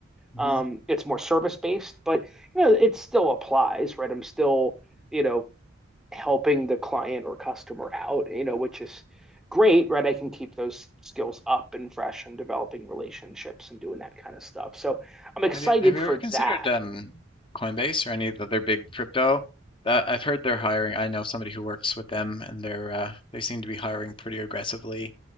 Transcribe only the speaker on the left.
hmm
mm-hmm.
Have you have you
ever considered
um Coinbase or any of the other big crypto? Uh, I've heard they're hiring. I know somebody who works with them, and they're uh, they seem to be hiring pretty aggressively